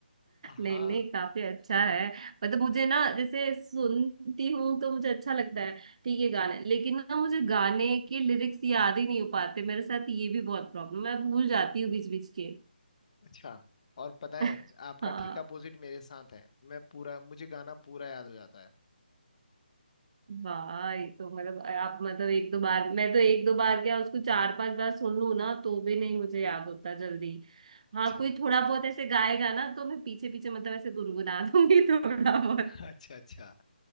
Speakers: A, on the left; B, on the right.
A: हाँ
B: नहीं नहीं काफी अच्छा है मतलब मुझे ना जैसे सुनती हूँ तो मुझे अच्छा लगता है ठीक है गाने लेकिन ना मुझे गाने के लिरिक्स याद ही नहीं हो पाते मेरे साथ ये भी बहुत प्रॉब्लम है मैं भूल जाती हूँ बीच बीच के
A: अच्छा और पता
B: <laughs>
A: है आपका
B: हाँ
A: ठीक अपोजिट मेरे साथ है मैं पूरा मुझे गाना पूरा याद हो जाता है
B: वाह ये तो मतलब आप मतलब एक दो बार मैं तो एक दो बार क्या उसको चार पांच बार सुन लूं ना तो भी नहीं मुझे याद होता जल्दी हाँ
A: अच्छा
B: कोई थोड़ा बहुत ऐसे गाएगा ना तो मैं पीछे पीछे मतलब ऐसे गुनगुना दूंगी <laughs> थोड़ा बहुत
A: <laughs> अच्छा अच्छा